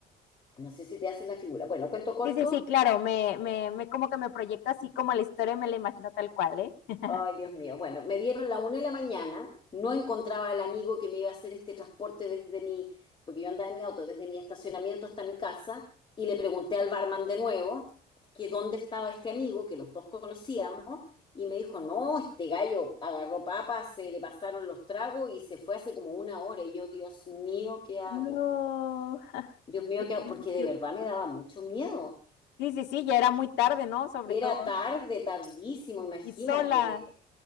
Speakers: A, on the left; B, on the left.
A: No sé si te haces la figura. Bueno, cuento corto,
B: Sí, sí, sí, claro, me, me, me como que me proyecto así como la historia me la imagino tal cual, ¿eh? <laughs>
A: Ay, Dios mío. Bueno, me dieron la una de la mañana, no encontraba al amigo que me iba a hacer este transporte desde mi, porque yo andaba en mi auto, desde mi estacionamiento hasta mi casa, y le pregunté al barman de nuevo que dónde estaba este amigo, que los dos conocíamos, y me dijo, no, este gallo agarró papas, se le pasaron los tragos y se fue hace como una hora. Y yo, Dios mío, ¿qué hago?
B: No,
A: Dios mío,
B: qué triste.
A: ¿qué hago? Porque de verdad me daba mucho miedo.
B: Sí, sí, sí, ya era muy tarde, ¿no? Sobre
A: Era
B: todo.
A: tarde, tardísimo, imagínate.
B: Y sola.